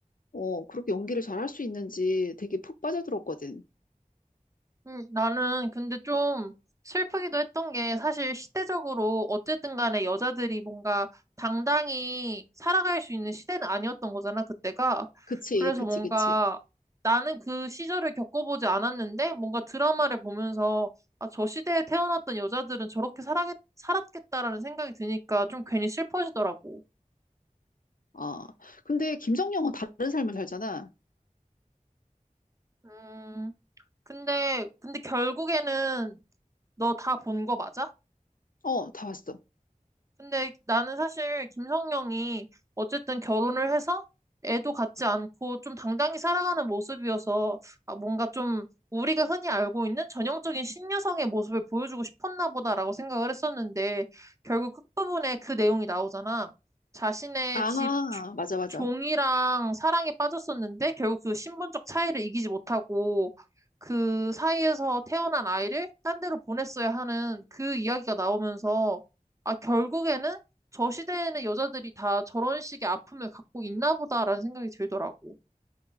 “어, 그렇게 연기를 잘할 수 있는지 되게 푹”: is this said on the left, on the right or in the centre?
Left